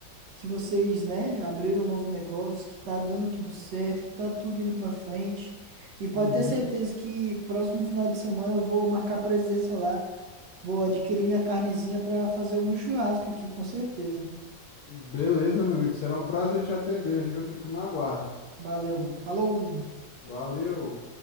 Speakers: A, on the right (about 70°); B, on the left (about 70°).
A: que vocês, né, abriram um novo negócio, que tá dando tudo certo, que tá tudo indo pra frente. E pode
B: uhum.
A: ter certeza que próximo final de semana eu vou marcar presença lá. Vou adquirir minha carnezinha pra fazer o meu churrasco aqui, com certeza.
B: Beleza, meu amigo. Será um prazer te atender, viu? Fico no aguardo.
A: Valeu, mano. Falou!
B: Valeu.